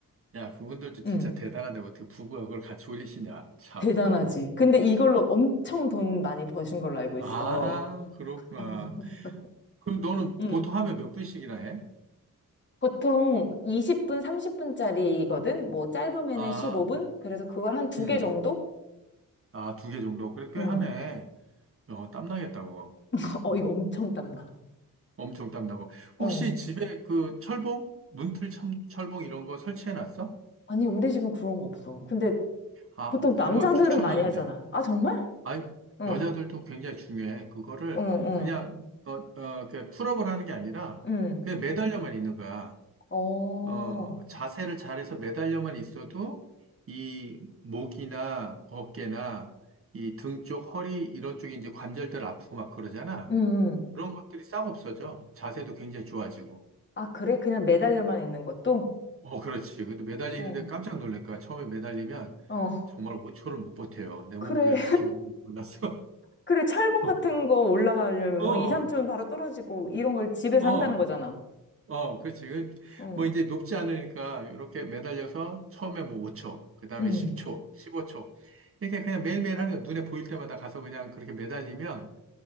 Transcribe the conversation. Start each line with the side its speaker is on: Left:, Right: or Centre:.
Right: 야, 그분들도 진짜
Left: 응.
Right: 대단하다. 어떻게 부부가 그걸 같이 올리시냐. 참.
Left: 대단하지. 근데 이걸로
Right: <laughs>
Left: 엄청 돈 많이 버신 걸로 알고 있어.
Right: 아, 그렇구나.
Left: <laughs>
Right: 그럼 너는
Left: 응.
Right: 보통 하면 몇 분씩이나 해?
Left: 보통 20분, 30분짜리거든? 뭐 짧으면은
Right: 아,
Left: 15분? 그래서 그걸 한 두
Right: 음.
Left: 개 정도?
Right: 아, 두 개 정도? 그래, 꽤
Left: 응.
Right: 하네. 어, 땀나겠다고.
Left: <laughs> 어,
Right: 음,
Left: 이거 엄청 땀나.
Right: 엄청 땀나고.
Left: 어.
Right: 혹시 집에 그 철봉? 문틀 첨, 철봉 이런 거 설치해 놨어?
Left: 아니, 우리 집은 그런 거 없어. 근데
Right: 아,
Left: 보통
Right: 그거
Left: 남자들은
Right: 추천하는데.
Left: 많이 하잖아. 아, 정말?
Right: 아,
Left: 응.
Right: 여자들도 굉장히 중요해. 그거를
Left: 응,
Right: 그냥 어, 어, 그 풀업을 하는 게 아니라
Left: 응. 응.
Right: 그냥 매달려만 있는 거야.
Left: 어, 어.
Right: 어, 자세를 잘해서 매달려만 있어도 이 목이나 어깨나 이 등 쪽, 허리 이런 쪽에 이제 관절들 아프고 막 그러잖아.
Left: 응, 응.
Right: 그런 것들이 싹 없어져. 자세도 굉장히 좋아지고.
Left: 아, 그래? 그냥 매달려만 있는 것도?
Right: 어, 그렇지. 그래도 매달리는데
Left: 어.
Right: 깜짝 놀랄 거야. 처음에 매달리면
Left: 어.
Right: 정말 5초를 못 버텨요. 내
Left: 그래.
Right: 몸무게가 그렇게 무거운 줄 몰랐어.
Left: 그래, 철봉
Right: <laughs>
Left: 같은 거 올라가려면
Right: 어,
Left: 막 2, 3층은 바로 떨어지고 이런 걸 집에서
Right: 어.
Left: 한다는 거잖아.
Right: 어, 그렇지. 그,
Left: 응,
Right: 뭐 이제 높지 않으니까 이렇게 매달려서 처음에 뭐 5초, 그 다음에
Left: 응,
Right: 10초, 15초. 이렇게 그냥 매일매일 하는 거 눈에 보일 때마다 가서 그냥 그렇게 매달리면,